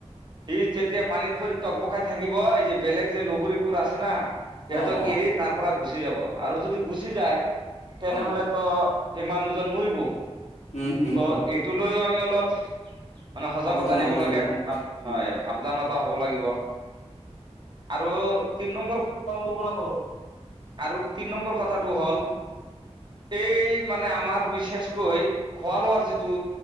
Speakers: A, on the right; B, on the left.
A: সি যেতিয়া পানীত টক বকাই থাকিব এই যে বেলেগ যে লগৰীবোৰ আছে না সিহঁতক
B: অঁ অঁ
A: এৰি তাৰ পৰা গুচি যাব। আৰু যদি গুচি যায় তেনেহ'লে
B: অঁ
A: তো এই মানুহজন মৰিব।
B: উম উম
A: ত'
B: উম
A: এইটো লৈও আমি অলপ মানে সজাগতা
B: সাৱধান
A: নিব
B: হ'ব
A: লাগে
B: লাগিব অঁ
A: হয়
B: উম উম
A: সাৱধানতা হ'ব লাগিব আৰু তিন নম্বৰ
B: উম উম অঁ হয়
A: আৰু তিন নম্বৰ কথা হ'ল এই মানে আমাৰ বিশেষকৈ খোৱা লোৱাৰ যিটো